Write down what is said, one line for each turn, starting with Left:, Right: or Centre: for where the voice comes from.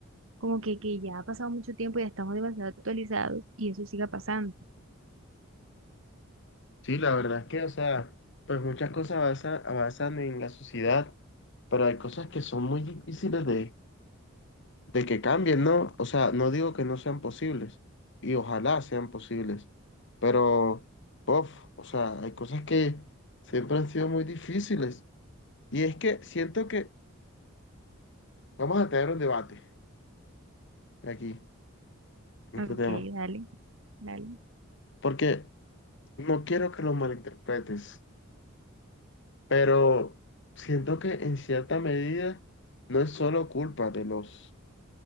Right: como que, que ya ha pasado mucho tiempo y ya estamos demasiado actualizados y eso siga pasando.
Left: Sí, la verdad es que, o sea, pues muchas cosas avanzan, avanzan en la sociedad, pero hay cosas que son muy difíciles de, de que cambien, ¿no? O sea, no digo que no sean posibles, y ojalá sean posibles, pero, puff, o sea, hay cosas que siempre han sido muy difíciles. Y es que siento que vamos a tener un debate aquí, en
Right: Ok,
Left: este tema,
Right: dale, dale.
Left: porque no quiero que lo malinterpretes, pero siento que en cierta medida no es solo culpa de los